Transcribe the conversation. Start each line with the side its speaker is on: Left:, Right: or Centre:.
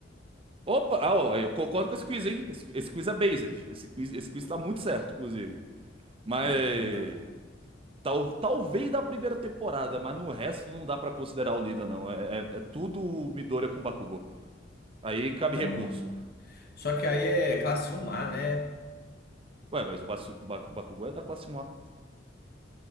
Right: Opa, ah, ó, eu concordo com esse quiz, hein? Esse, esse quiz é based. Esse quiz, esse quiz tá muito certo, inclusive. Mas.
Left: Com certeza.
Right: tal- talvez da primeira temporada, mas no resto não dá pra considerar o Lina, não. É, é, é tudo Midoriya com Bakugou. Aí cabe
Left: Então,
Right: recurso.
Left: só que aí é classe 1A, né?
Right: Ué, mas o Basu- Ba- Bakugou é da classe um a